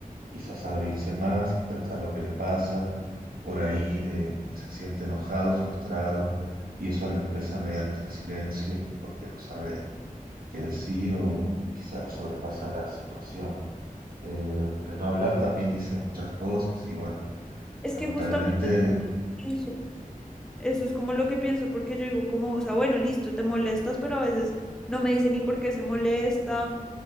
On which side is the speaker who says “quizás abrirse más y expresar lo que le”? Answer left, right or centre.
Right